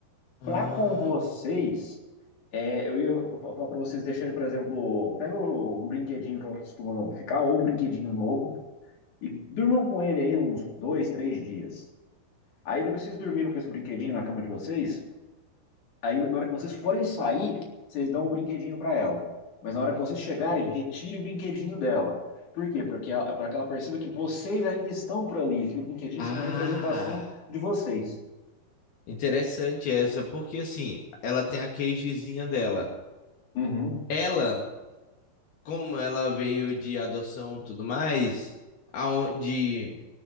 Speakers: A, on the left; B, on the left.
A: Ah,
B: para com vocês, é, eu ia falar para vocês deixarem, por exemplo, pega um brinquedinho que eu costumo ficar, ou um brinquedinho novo, e durmam com ele aí uns dois, três dias. Aí depois vocês dormiram com esse brinquedinho na cama de vocês, aí na hora que vocês forem sair, vocês dão o brinquedinho para ela. Mas na hora que vocês chegarem, retire o brinquedinho dela. Por quê? Porque ela, para que ela perceba que vocês ainda estão por ali. Aquele brinquedinho
A: Ah,
B: é uma representação de vocês.
A: interessante essa, porque assim, ela tem a queijezinha dela.
B: Uhum.
A: Ela, como ela veio de adoção e tudo mais, aon- de